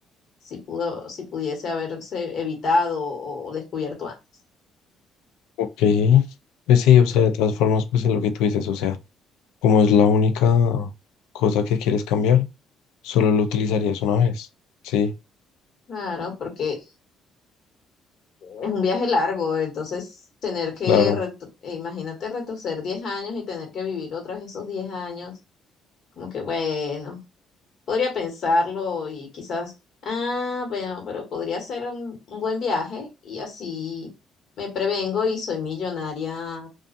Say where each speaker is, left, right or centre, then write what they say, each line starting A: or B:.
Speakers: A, on the left; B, on the left.
A: si pudo, si pudiese haberse evitado o descubierto antes.
B: ok. Pues sí, o sea, de todas formas, pues es lo que tú dices, o sea, como es la única cosa que quieres cambiar, solo lo utilizarías una vez. Sí,
A: Claro, porque es un viaje largo, entonces tener que,
B: claro,
A: retro- imagínate retroceder 10 años y tener que vivir otras esos 10 años, como que bueno, podría pensarlo y quizás, ah, bueno, pero podría ser un, un buen viaje y así me prevengo y soy millonaria